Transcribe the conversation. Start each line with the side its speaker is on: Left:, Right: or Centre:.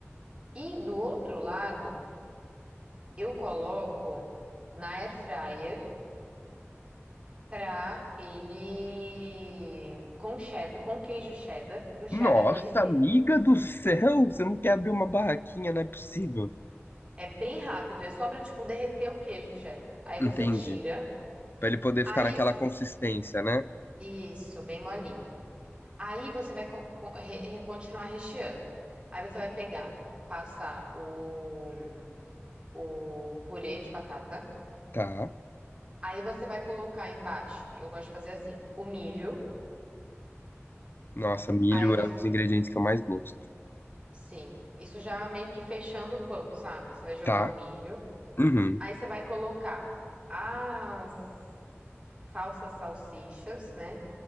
Right: e do outro lado Eu coloco na air fryer pra ele com cheddar, com queijo cheddar, pro cheddar
Left: nossa,
Right: derreter.
Left: amiga do céu! Você não quer abrir uma barraquinha, não é possível.
Right: É bem rápido, é só pra, tipo, derreter o queijo cheddar. Aí você
Left: Entendi.
Right: tira,
Left: Pra ele poder
Right: aí,
Left: ficar naquela consistência, né?
Right: isso, bem molinho. Aí você vai co- co- re- re- continuar recheando. Aí você vai pegar, passar o, o purê de batata.
Left: Tá.
Right: Aí você vai colocar embaixo, que eu gosto de fazer assim, o milho.
Left: Nossa, milho
Right: Aí você
Left: é um dos ingredientes que eu mais gosto.
Right: Sim, isso já meio que fechando o pão, sabe? Você vai jogar
Left: Tá.
Right: o milho,
Left: Uhum.
Right: aí você vai colocar as falsas salsichas, né?